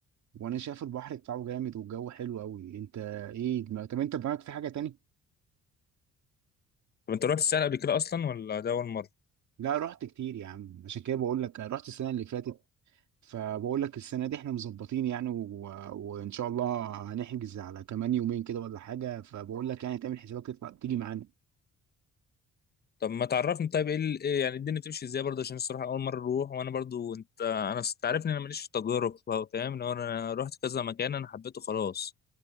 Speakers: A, on the right; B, on the left.
A: وانا شايف البحر بتاعه جامد والجو حلو قوي انت ايه دماغ- طب انت دماغك في حاجه تاني
B: طب انت رحت الساحل قبل كده اصلا ولا ده اول مرة
A: لا رحت كتير يا عم عشان كده بقول لك رحت السنه اللي فاتت فبقول لك السنه دي احنا مظبطين يعني و... وان شاء الله هنحجز على كمان يومين كده ولا حاجه فبقول لك يعني تعمل حسابك تطلع تيجي معانا
B: طب ما تعرفني طيب ايه ال- إيه يعني الدنيا بتمشي ازاي برضه عشان الصراحة اول مرة اروح وانا برضه انت انا س- تعرفني انا ماليش في التجارب فا- فاهم لو انا رحت كذا مكان انا حبيته خلاص